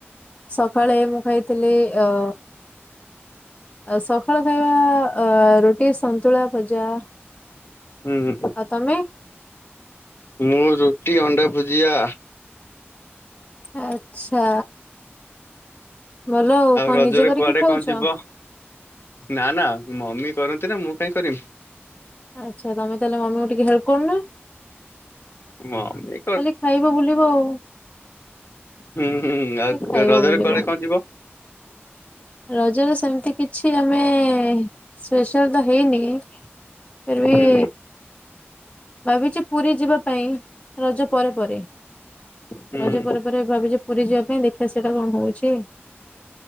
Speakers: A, on the left (about 30°); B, on the left (about 65°).
A: ସକାଳେ ମୁଁ ଖାଇଥିଲି ଅ ସଖାଳ ଖାଇବା ଅ ରୁଟି ସନ୍ତୁଳା ଭଜା।
B: ହୁଁ
A: ଆଉ ତମେ?
B: ମୁଁ ରୁଟି ଅଣ୍ଡା ଭୁଜିଆ।
A: ଆଚ୍ଛା ଭଲ ଆଉ କଣ
B: ରଜରେ
A: ନିଜେ କରିକି
B: କୁଆଡେ
A: ଖାଉଛ?
B: କଣ ଯିବ? ନା ନା ମମି କରନ୍ତି ନା ମୁଁ କାଇଁ କରିବି?
A: ଆଚ୍ଛା ତମେ ତାହେଲେ ମମି କୁ ଟିକେ ହେଲ୍ପ କରୁନ?
B: ମମି
A: ଖାଲି ଖାଇବ ବୁଲିବ ଆଉ
B: ହୁଁ ହୁଁ ଆଉ
A: ଖାଲି ଖାଇବ
B: ରଜରେ
A: ବୁଲିବ
B: କୁଆଡେ କଣ ଯିବ?
A: ରଜରେ ସେମିତି କିଛି ଆମେ ସ୍ପେଶାଲ ତ ହେଇନି ଫିରବି
B: ହୁଁ
A: ଭାବିଚୁ ପୁରୀ ଯିବା ପାଇଁ ରଜ ପରେ ପରେ
B: ହୁଁ
A: ରଜ ପରେ ପରେ ଭାବିଚୁ ପୁରୀ ଯିବା ପାଇଁ ଦେଖିବା ସେଇଟା କଣ ହଉଛି?